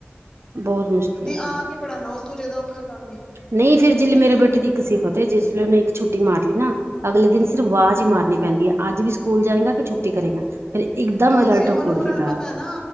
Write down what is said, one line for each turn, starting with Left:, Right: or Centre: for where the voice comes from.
Right: ਬਹੁਤ ਮੁਸ਼ਕਿਲ
Left: ਤੇ
Right: ਹੈ
Left: ਆ ਕੇ ਪੜਾਨਾ ਉਸ ਤੋਂ ਜ਼ਾਦਾ ਔਖਾ ਕੰਮ ਏ।
Right: ਨਈਂ ਫੇਰ ਜਿਲੇ ਮੇਰੇ ਬੇਟੇ ਦੀ ਇੱਕ ਸਿਫਤ ਐ ਜਿਸ ਦਿਨ ਓਨੇ ਇੱਕ ਛੁੱਟੀ ਮਾਰ ਲੀ ਨਾ ਅਗਲੇ ਦਿਨ ਸਿਰਫ ਵਾਜ਼ ਈ ਮਾਰਨੀ ਪੈਂਦੀ ਐ ਅੱਜ ਵੀ ਸਕੂਲ ਜਾਏਂਗਾ ਕੇ ਛੁੱਟੀ ਕਰੇਂਗਾ। ਫੇਰ ਇੱਕਦਮ
Left: ਬਸ
Right: ਅਲਰਟ
Left: ਜੀ ਹੁਣ
Right: ਹੋ ਕੇ
Left: ਉਹਨਾਂ
Right: ਉੱਠ ਜੇਗਾ
Left: ਨੂੰ ਪਤਾ ਨਾ